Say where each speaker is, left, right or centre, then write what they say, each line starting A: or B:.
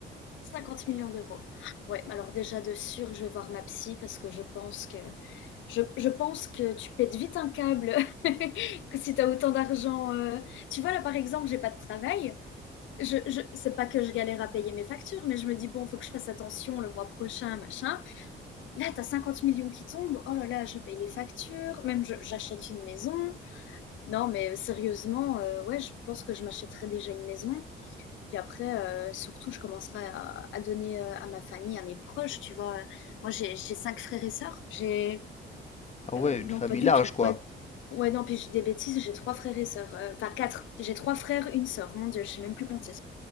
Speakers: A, on the left; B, on the left.
A: 50 millions d'euros. Ouais, alors déjà de sûr, je vais voir ma psy parce que je pense que je, je pense que tu pètes vite un câble <laughs> que si tu as autant d'argent. euh. Tu vois, là par exemple, j'ai pas de travail. je, je c'est pas que je galère à payer mes factures, mais je me dis bon, faut que je fasse attention le mois prochain, machin. Là, t'as 50 millions qui tombent. Oh là là, je paye les factures. Même je, j'achète une maison. Non, mais sérieusement, euh, ouais, je pense que je m'achèterais déjà une maison. Puis après, euh, surtout, je commencerai à, à donner euh, à ma famille, à mes proches. Tu vois, moi, j'ai j'ai cinq frères et sœurs. J'ai
B: Ah ouais,
A: euh,
B: une
A: non,
B: famille
A: pas du
B: large,
A: tout, pas
B: quoi.
A: Ouais, non, puis j'ai des bêtises, j'ai trois frères et sœurs. Euh, Enfin, quatre. J'ai trois frères, une sœur. Mon Dieu, je sais même plus compter.